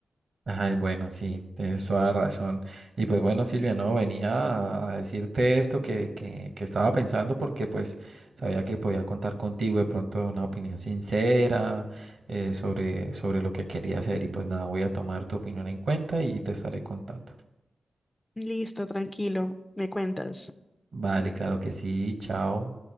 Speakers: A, on the right (about 65°); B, on the left (about 20°).
A: Ay, bueno, sí, tienes toda la razón. Y pues bueno, Silvia, no, venía a a decirte esto que, que, que estaba pensando porque pues sabía que podía contar contigo de pronto de una opinión sincera eh, sobre, sobre lo que quería hacer y pues nada, voy a tomar tu opinión en cuenta y te estaré contando.
B: listo, tranquilo, me cuentas.
A: Vale, claro que sí, chao.